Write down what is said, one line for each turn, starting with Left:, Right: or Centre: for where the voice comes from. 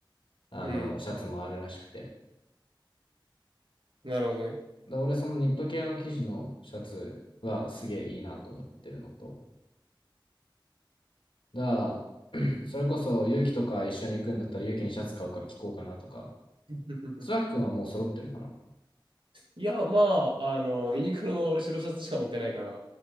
Left: あの、
Right: うん。
Left: シャツもあるらしくて。
Right: なるほどね。
Left: で、俺、そのニット系の生地のシャツはすげえいいなと思ってるのと。だから、<clears throat> それこそ、勇気とか一緒に行くんだったら、勇気にシャツ買うか聞こうかなとか。
Right: <laughs>
Left: つわっくんはもう揃ってるかな。
Right: いや、まあ、あの、ユニクロの俺白シャツしか持ってないから、